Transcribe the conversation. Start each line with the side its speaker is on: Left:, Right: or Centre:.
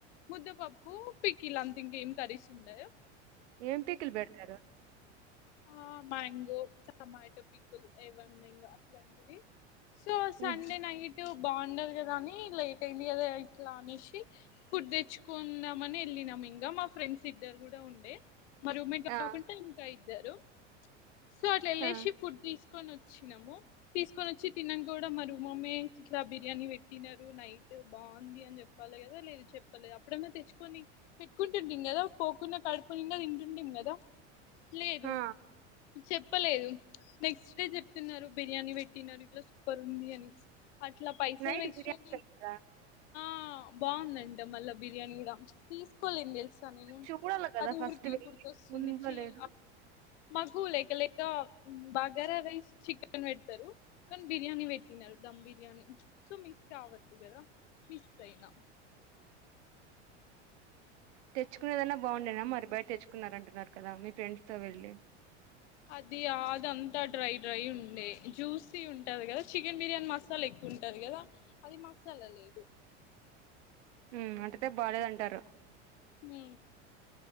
Left: ముద్ద పప్పు పికిల్ అంత ఇంక ఏం కర్రి ఉండదు
Right: ఏం పికిల్ పెడతారు
Left: ఆ మ్యాంగో టమాటో పిక్కుల్ ఏవన్నాంగా అట్లాంటివి సో
Right: హుహు.
Left: సండే నైట్ బాగుండదు కదా అని లేట్ అయింది కదా ఇట్లా అనేసి ఫుడ్ తెచ్చుకుందాంమని వెళ్ళినాము ఇంకా మా ఫ్రెండ్స్ ఇద్దరు కూడా ఉండే మా రూమ్మేట్
Right: ఆ
Left: కాకుండా ఇంకా ఇద్దరు సో అట్లా వెళ్ళేసి
Right: ఆ
Left: ఫుడ్ తీసు తీసుకని వచ్చినాము తీసుకొని వచ్చి తినం కూడా మమ్మీ ఇట్లా బిర్యానీ పెట్టినారు నైట్ బాగుంది చెప్పాలి కదా లేదు చెప్పలేదు అప్పుడన్న తెచ్చుకొని పెట్కుంటుంటీమ్ కదా పోకున్నా కడుపుని తింటున్ డిం కదా లేదు
Right: ఆ
Left: చెప్పలేదు నెక్స్ట్ డే చెప్తున్నారు బిర్యానీ పెట్టినరూ ఇట్లా సూపర్ ఉంది అని అట్లా పైసలు
Right: నైట్
Left: వేస్ట్డి
Right: బిర్యానీ పెడతారా
Left: ఆ బాగుందంట మళ్ళా బిర్యానీ కూడా తీసుకోలేదు తెలుసు నేను
Right: చూడాలి కదా
Left: అది
Right: ఫస్ట్
Left: ఊరికే
Right: వెళ్ళి
Left: గుర్తొస్తుంది
Right: ఉందో
Left: చ
Right: లేదో
Left: మగు లేకలే ఇంకా బగారా రైస్ చికెన్ పెడతారు కానీ బిర్యానీ పెట్టినారు దమ్ బిర్యానీ సుమిస్ కావద్దు కదా సైనా
Right: తెచ్చుకునేదన్నా బాగుండేనా మరి బయట తెచ్చుకున్నార అంటున్నారు కదా మీ ఫ్రెండ్స్ తో వెళ్ళి
Left: అది అదంతా డ్రై డ్రై ఉండే జ్యూసీ ఉంటది కదా చికెన్ బిర్యానీ మసాలా ఎక్కువ ఉంటది గదా అది మసాలా లేదు
Right: ఉమ్ అంటతే బాగాలేదంటారు
Left: మ్